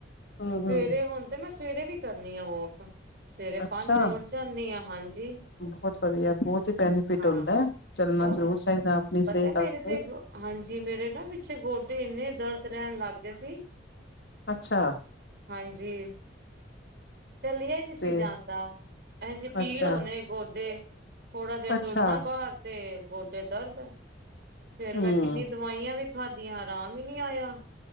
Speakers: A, on the left; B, on the right.
A: ਹਮ
B: ਸਵੇਰੇ
A: ਹਮ
B: ਹੁਣ ਤੇ ਮੈਂ ਸਵੇਰੇ ਵੀ ਕਰਨੀ ਆ ਵੋਕ ਸਵੇਰੇ
A: ਅੱਛਾ
B: ਪੰਜ ਵਜੇ ਉੱਠ ਜਾਂਦੀ ਹ ਹਾਂਜੀ
A: ਬਹੁਤ ਵਧੀਆ ਬਹੁਤ ਹੀ ਬੈਨੀਫਿਟ
B: ਹਾਂ
A: ਹੁੰਦਾ ਚੱਲਣਾ
B: ਬਹੁਤ
A: ਜ਼ਰੂਰ ਚਾਈਦਾ ਆਪਣੀ
B: ਪਤਾ
A: ਸਿਹਤ
B: ਮੇਰੇ
A: ਵਾਸਤੇ
B: ਤੇ ਹਾਂਜੀ ਮੇਰੇ ਨਾ ਪਿੱਛੇ ਗੋਡੇ ਇੰਨੇ ਦਰਦ ਰੈਣ ਲੱਗ ਗੇ ਸੀ‌।
A: ਅੱਛਾ
B: ਹਾਂਜੀ। ਚੱਲਿਆ ਈ ਨੀ ਸੀ
A: ਤੇ
B: ਜਾਂਦਾ ਇਹੋ ਜਿਹੇ ਪੀੜ
A: ਅੱਛਾ
B: ਹੋਣੇ ਗੋਡੇ। ਥੋੜਾ ਜਿਹਾ
A: ਅੱਛਾ
B: ਤੁਰਨਾ ਬਾਹਰ ਤੇ ਗੋਡੇ ਦਰਦ। ਫੇਰ
A: ਹੂੰ
B: ਮੈਂ ਕਿੰਨੀ ਦਵਾਈਆਂ ਵੀ ਖਾਦੀਆਂ ਆਰਾਮ ਈ ਨੀ ਆਇਆ,